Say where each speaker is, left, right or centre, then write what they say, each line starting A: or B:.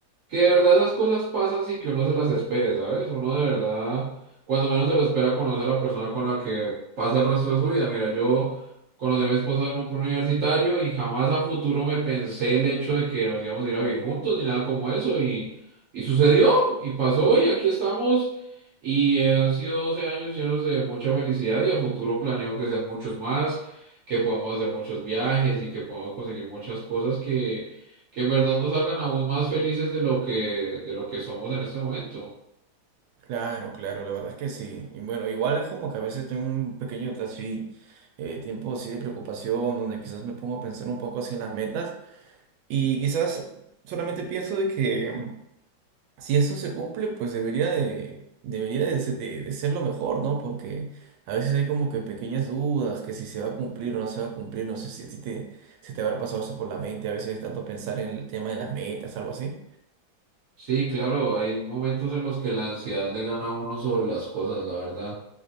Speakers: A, on the right; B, on the right.
A: Que de verdad esas cosas pasan sin que uno se las espere, ¿sabes? Uno de verdad, cuando menos se lo espera, conoce a la persona con la que pasa el resto de su vida. Mira, yo conocí a mi esposa en un preuniversitario y jamás a futuro me pensé el hecho de que nos íbamos a ir a vivir juntos ni nada como eso. Y, y sucedió, y pasó, y aquí estamos. Y eh, han sido 12 años llenos de mucha felicidad y a futuro planeo que sean muchos más, que podamos hacer muchos viajes y que podamos conseguir muchas cosas que que en verdad nos hagan aún más felices de lo que, de lo que somos en este momento.
B: Claro, claro, la verdad es que sí. Y bueno, igual es como que a veces tengo un pequeño así, eh, tiempo así de preocupación, donde quizás me pongo a pensar un poco así en las metas y quizás solamente pienso de que mm, si esto se cumple, pues debería de, debería de, se- de, de ser lo mejor, ¿no? Porque a veces hay como que pequeñas dudas, que si se va a cumplir o no se va a cumplir, no sé si a ti te, se te habrá pasado eso por la mente, a veces tanto pensar en el tema de las metas, algo así.
A: Sí, claro, hay momentos en los que la ansiedad le gana a uno sobre las cosas, la verdad.